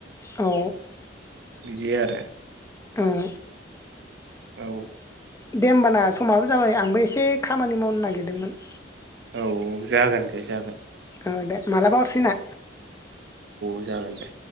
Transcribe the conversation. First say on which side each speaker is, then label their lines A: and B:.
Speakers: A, on the left; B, on the right.
A: औ
B: बिदि आरो।
A: ओ <unintelligible>
B: औ
A: दे होमबा ना समाबो जाबाय आंबो एसे खामानि मावनो नागिरदोंमोन।
B: औ जागोन। दे जागोन।
A: ओ दे मालाबा हरसिना।
B: अ जागोन दे।